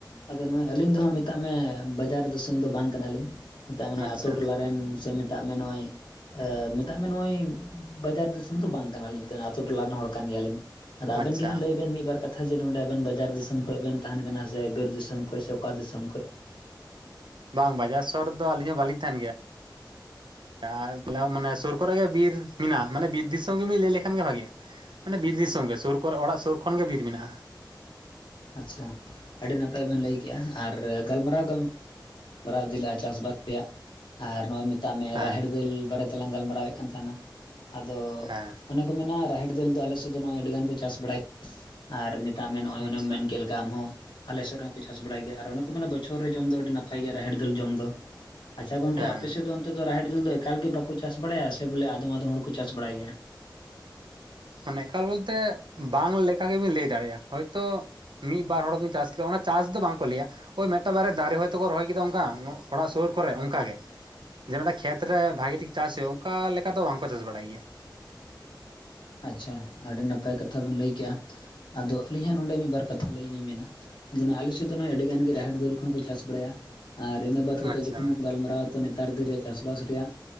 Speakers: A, on the left; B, on the right.
A: ᱟᱫᱚ ᱱᱚᱜᱼᱚᱭ ᱟᱹᱞᱤᱧ ᱫᱚ ᱦᱟᱸᱜ ᱢᱮᱛᱟᱜ ᱢᱮ ᱵᱟᱡᱟᱨ ᱫᱤᱥᱚᱢ ᱫᱚ ᱵᱟᱝ ᱠᱟᱱᱟᱞᱤᱧ᱾ ᱢᱮᱛᱟᱜ ᱢᱮ ᱱᱚᱜᱼᱚᱭ
B: ᱟᱪᱪᱷᱟ
A: ᱟᱛᱳ ᱴᱚᱞᱟᱨᱮᱱ ᱥᱮ ᱢᱮᱛᱟᱜ ᱢᱮ ᱱᱚᱜᱼᱚᱭ ᱢᱮᱛᱟᱜ ᱢᱮ ᱱᱚᱜᱼᱚᱭ ᱵᱟᱡᱟᱨ ᱫᱤᱥᱚᱢ ᱫᱚ ᱵᱟᱝ ᱠᱟᱱᱟᱞᱤᱧᱹ ᱟᱛᱳ ᱴᱚᱞᱟ ᱨᱮᱱ ᱦᱚᱲ ᱠᱟᱱ ᱜᱮᱭᱟᱞᱤᱧ᱾ ᱟᱫᱚ ᱟᱵᱮᱱ
B: ᱟᱪᱪᱷᱟ
A: ᱜᱮ ᱦᱟᱸᱜ ᱞᱟᱹᱭ ᱵᱮᱱ ᱢᱤᱫᱵᱟᱨ ᱠᱟᱛᱷᱟ ᱡᱮ ᱱᱚᱰᱮ ᱟᱵᱮᱱ ᱵᱟᱡᱟᱨ ᱫᱤᱥᱚᱢ ᱠᱷᱚᱱ ᱵᱮᱱ ᱛᱟᱦᱮᱱ ᱠᱟᱱᱟ ᱥᱮ ᱵᱤᱨ ᱫᱤᱥᱚᱢ ᱠᱷᱚᱡ ᱥᱮ ᱚᱠᱟ ᱫᱤᱥᱚᱢ ᱠᱷᱚᱡ?
B: ᱵᱟᱝ ᱵᱟᱡᱟᱨ ᱥᱚᱦᱚᱨ ᱫᱚ ᱟᱹᱞᱤᱧ ᱦᱚᱸ ᱵᱟᱞᱤᱧ ᱛᱟᱦᱮᱱ ᱜᱮᱭᱟ᱾ ᱛᱟᱦᱚᱞᱮ ᱢᱟᱱᱮ ᱥᱩᱨ ᱠᱚᱨᱮ ᱜᱮ ᱵᱤᱨ ᱢᱮᱱᱟᱜᱼᱟ ᱢᱟᱱᱮ ᱵᱤᱨ ᱫᱤᱥᱚᱢ ᱜᱮᱵᱤᱱ ᱞᱟᱹᱭ ᱞᱮᱠᱷᱟᱱ ᱜᱮ ᱵᱷᱟᱜᱮᱭᱼᱟ᱾ ᱢᱟᱱᱮ ᱵᱤᱨ ᱫᱤᱥᱚᱢ ᱜᱮ ᱥᱩᱨ ᱠᱚᱨᱮ ᱚᱲᱟᱜ ᱥᱩᱨ ᱠᱷᱚᱱ ᱜᱮ ᱵᱤᱨ ᱢᱮᱱᱟᱜᱼᱟ᱾
A: ᱟᱪᱪᱷᱟ, ᱟᱹᱰᱤ ᱱᱟᱯᱟᱭ ᱵᱮᱱ ᱞᱟᱹᱭ ᱠᱮᱜᱼᱟ ᱟᱨ ᱜᱟᱞᱢᱟᱨᱟᱣ ᱜᱟᱞᱢᱟᱨᱟᱣ ᱢᱟᱨᱟᱣ ᱤᱫᱤᱞᱟᱼᱟ ᱪᱟᱥᱵᱟᱥ ᱨᱮᱭᱟᱜ ᱟᱨ ᱱᱚᱜᱼᱚᱭ ᱢᱮᱛᱟᱜ ᱢᱮ
B: ᱦᱮᱸ
A: ᱨᱟᱦᱮᱲ ᱫᱟᱹᱞ ᱵᱟᱨᱮᱛᱮ ᱞᱟᱝ ᱜᱟᱞᱢᱟᱨᱟᱣᱮ ᱠᱟᱱ ᱛᱟᱦᱮᱸᱱᱟ, ᱟᱫᱚ
B: ᱦᱮᱸ
A: ᱢᱮᱱᱟ ᱨᱟᱦᱮᱲ ᱫᱟᱹᱞ ᱫᱚ ᱟᱞᱮ ᱥᱮᱫ ᱫᱚ ᱱᱚᱜ ᱟᱹᱰᱤ ᱜᱟᱱ ᱠᱚ ᱪᱟᱥ ᱵᱟᱲᱟᱭᱟ᱾ ᱟᱨ ᱱᱚᱜᱼᱚᱭ
B: ᱟᱪᱪᱷᱟ
A: ᱢᱮᱱ ᱠᱮᱫ ᱞᱮᱠᱟ ᱟᱢ ᱦᱚᱸ ᱟᱞᱮ ᱥᱮᱫ ᱨᱮᱦᱠᱚ ᱪᱟᱥ ᱵᱟᱲᱟᱭ ᱜᱮᱭᱟ ᱟᱨ ᱚᱱᱮ ᱠᱚ ᱢᱮᱱᱟ ᱵᱚᱪᱷᱚᱨ ᱨᱮ ᱡᱚᱢ ᱫᱚ ᱟᱹᱰᱤ ᱱᱟᱯᱟᱭ ᱱᱟᱯᱟᱭ ᱜᱮ ᱨᱟᱦᱮᱲ ᱫᱟᱹᱞ ᱡᱚᱢ ᱫᱚ᱾ ᱟᱪᱪᱷᱟ ᱜᱚᱝᱠᱮ
B: ᱦᱮᱸ
A: ᱟᱯᱮ ᱥᱮᱫ ᱫᱚ ᱚᱱᱛᱮ ᱨᱟᱦᱮᱲ ᱫᱟᱹᱞ ᱫᱚ ᱮᱠᱟᱞ ᱜᱮ ᱵᱟᱠᱚ ᱪᱟᱥ ᱵᱟᱲᱟᱭᱟ ᱥᱮ ᱵᱚᱞᱮ ᱟᱫᱚᱢ ᱟᱫᱚᱢ ᱦᱚᱲ ᱠᱚ ᱪᱟᱥ ᱵᱟᱲᱟᱭ ᱜᱮᱭᱟ᱾
B: ᱢᱟᱱᱮ ᱮᱠᱟᱞ ᱵᱚᱞᱛᱮ ᱵᱟᱝ ᱞᱮᱠᱟ ᱜᱮᱵᱤᱱ ᱞᱟᱹᱭ ᱫᱟᱲᱮᱭᱟᱜᱼᱟ, ᱦᱚᱭᱛᱚ ᱢᱤᱫ ᱵᱟᱨ ᱦᱚᱲ ᱠᱚ ᱪᱟᱥ ᱠᱮᱫᱟ ᱚᱱᱟ ᱪᱟᱥ ᱫᱚ ᱵᱟᱝᱠᱚ ᱞᱟᱹᱭᱟ ᱚᱠᱚᱭ ᱢᱤᱫᱴᱟᱝ ᱵᱟᱨᱭᱟ ᱫᱟᱨᱮ ᱦᱚᱭ ᱛᱚᱠᱚ ᱨᱚᱦᱚᱭ ᱠᱮᱫᱟ ᱚᱱᱠᱟ ᱚᱲᱟᱜ ᱥᱩᱨ ᱠᱚᱨᱮ ᱚᱱᱠᱟ ᱜᱮ᱾ ᱡᱮ ᱢᱤᱫᱴᱟᱝ ᱠᱷᱮᱛ ᱨᱮ ᱵᱷᱟᱜᱤ ᱴᱷᱤᱠ ᱪᱟᱥ ᱦᱩᱭᱩᱜᱼᱟ ᱚᱱᱠᱟ ᱞᱮᱠᱟ ᱫᱚ ᱵᱟᱝᱠᱚ ᱪᱟᱥ ᱵᱟᱲᱟᱭ ᱜᱮᱭᱟ᱾
A: ᱟᱪᱪᱷᱟ ᱟᱹᱰᱤ ᱱᱟᱯᱟᱭ ᱠᱟᱛᱷᱟ ᱵᱮᱱ ᱞᱟᱹᱭ ᱠᱮᱜᱼᱟ ᱟᱫᱚ ᱟᱹᱞᱤᱧ ᱦᱚᱜ ᱱᱚᱰᱮ ᱢᱤᱫᱵᱟᱨ ᱠᱟᱛᱷᱟ ᱞᱟᱹᱭ ᱞᱤᱧ ᱢᱮᱱᱟ ᱟᱫᱚ ᱟᱞᱮ ᱥᱮᱫ ᱫᱚ ᱟᱹᱰᱤ ᱜᱟᱱ ᱜᱮ ᱨᱟᱦᱮᱲ ᱫᱟᱹᱞ ᱠᱚᱦᱚᱸ ᱠᱚ ᱪᱟᱥ ᱵᱟᱲᱟᱭᱟ᱾ ᱟᱨ ᱤᱱᱟᱹ ᱵᱟᱫ ᱠᱟᱛᱮᱫ
B: ᱟᱪᱪᱷᱟ
A: ᱡᱚᱠᱷᱚᱱᱮᱢ ᱜᱟᱞᱢᱟᱨᱟ ᱟᱛᱚ ᱱᱮᱛᱟᱨ ᱫᱤᱱ ᱨᱮᱭᱟᱜ ᱪᱟᱥᱵᱟᱥ ᱨᱮᱭᱟᱜ